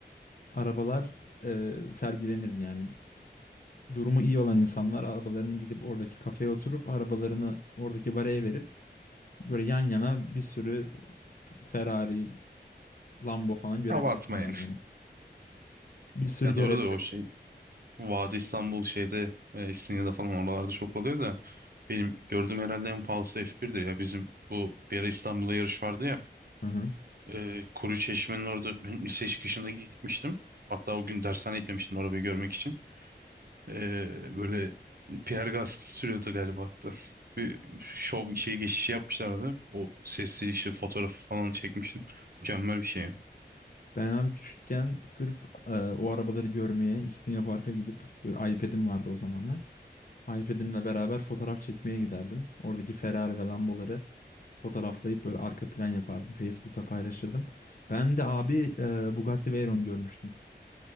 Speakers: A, on the left (about 55°); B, on the right (about 60°).
A: arabalar e, sergilenirdi yani. durumu iyi olan insanlar arabalarını gidip oradaki kafeye oturup arabalarını oradaki baraya verip böyle yan yana bir sürü Ferrari, Lambo falan görebilirsin
B: Hava atma
A: yan
B: yani.
A: yana.
B: <laughs>
A: Bir sürü
B: Ya
A: göre.
B: doğru da o şey. Vadi İstanbul şeyde e, İstinye'de falan oralarda çok oluyor da benim gördüğüm herhalde en pahalısı F1'dir ya. Bizim bu bir ara İstanbul'da yarış vardı ya.
A: Hı hı.
B: E, Kuru Çeşme'nin orada benim lise çıkışında gitmiştim. Hatta o gün dershane gitmemiştim arabayı görmek için. Ee, böyle Pierre Gasly sürüyordu galiba hatta. Bir şov şey geçişi yapmışlardı. O sesli işte fotoğrafı falan çekmiştim. Mükemmel bir şey.
A: Ben abi küçükken sırf e, o arabaları görmeye İstinye Park'a gidip böyle iPad'im vardı o zamanlar. iPad'imle beraber fotoğraf çekmeye giderdim. Oradaki Ferrari ve Lamboları fotoğraflayıp böyle arka plan yapardım. Facebook'ta paylaşırdım. Ben de abi e, Bugatti Veyron görmüştüm.